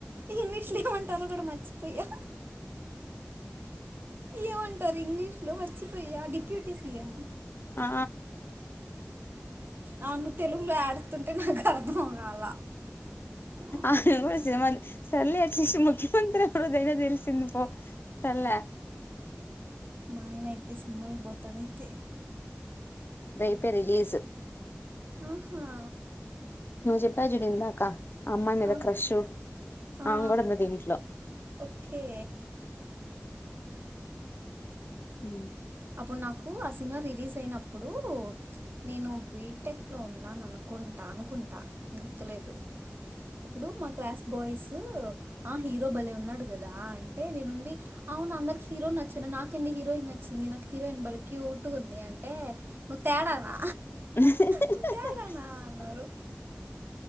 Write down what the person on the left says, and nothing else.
ఆ
అ గుసిమ చల్లి అట్లీస్ట్ ముఖ్యమంత్రివ దైనా తెలిసింది పో తల్
రేపే రిలీజ్
నువ్ చెప్ప జుడిందా కా అమ్మాయి మీద
క్రష్
అమే కూడా ఉంది దీంట్లో
ఉ
<inaudible>